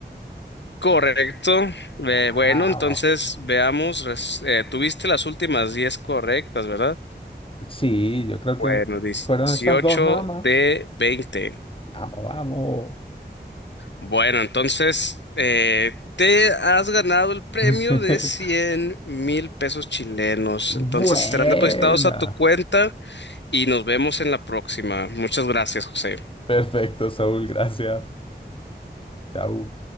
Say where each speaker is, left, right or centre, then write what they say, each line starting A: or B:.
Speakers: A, on the left (about 80°); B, on the left (about 30°).
A: Correcto. Eh,
B: Vamos.
A: bueno, entonces veamos, res- eh, tuviste las últimas 10 correctas, ¿verdad?
B: Sí, yo creo que
A: Bueno, 18
B: fueron esas dos nada más.
A: de 20.
B: Vamos, vamos.
A: Bueno, entonces eh, te has ganado el premio
B: <laughs>
A: de cien mil pesos chilenos.
B: Buena.
A: Entonces serán depositados a tu cuenta y nos vemos en la próxima. Muchas gracias, José.
B: Perfecto, Saúl, gracias. Chau.